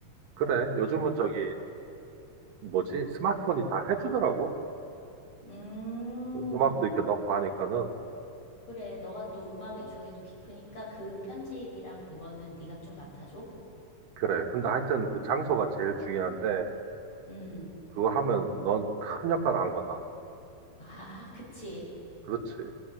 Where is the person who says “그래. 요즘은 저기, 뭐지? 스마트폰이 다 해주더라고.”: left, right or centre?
Right